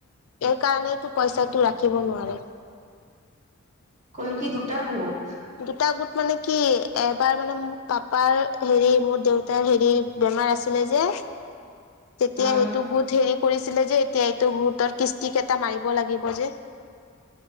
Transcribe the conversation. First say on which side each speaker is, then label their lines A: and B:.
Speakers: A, on the left (about 75°); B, on the right (about 35°).
A: এই কাৰণেইটো পইচাটো ৰাখিব নোৱাৰে।
B: ক'লো কি দুটা গোট।
A: দুটা গোট মানে কি এবাৰ মানে মোক পাপাৰ হেৰি মোৰ দেউতাৰ হেৰি বনাই আছিলে যে তেতিয়া
B: উম,
A: সটো গোট হে কৰিছিলে যে এতিয়া এইটো গোটৰ কিস্তি কেইটা মাৰিব লাগিব যে।